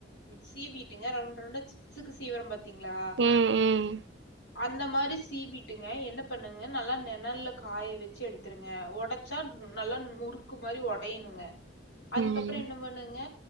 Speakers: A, on the left (about 70°); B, on the right (about 80°).
A: சீவிட்டுங்க ரவுண்ட் ரவுண்டா சிப்ஸ்க்கு சீவரம் பாத்தீங்களா
B: ம் ம்
A: அந்த மாரி சீவிட்டுங்க என்ன பண்ணுங்க நல்லா நிணல்ல காய வச்சு எடுத்துருங்க ஒடச் ச்சாட் நல்லான் முறுக்கு மாரி ஒடைணுங்க. அதுக்கப்புறோ
B: ம்
A: என்ன பண்ணுங்க